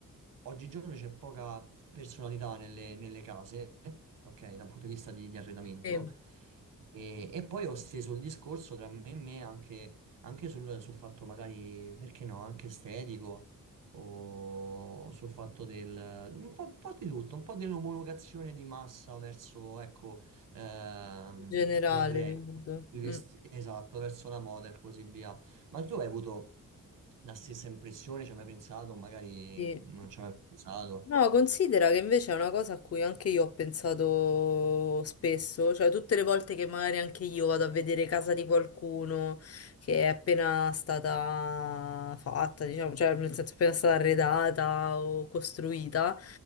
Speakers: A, on the right; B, on the left.
A: oggigiorno c'è poca personalità nelle, nelle case, ok, dal punto di vista di, di arredamento.
B: Sì, in
A: E, e poi ho steso il discorso tra me e me anche, anche sul, sul fatto magari, perché no, anche estetico. O sul fatto del un po', un po' di tutto, un po' dell'omologazione di massa verso, ecco, ehm,
B: generale,
A: l'arredo,
B: riguardo.
A: i vestiti,
B: Mm,
A: esatto, verso la moda e così via. Ma tu hai avuto la stessa impressione? Ci hai mai pensato? Magari
B: sì.
A: non ci hai mai pensato.
B: No, considera che invece è una cosa a cui anche io ho pensato spesso, cioè tutte le volte che magari anche io vado a vedere casa di qualcuno che è appena stata fatta, diciamo, cioè nel senso appena stata arredata o costruita,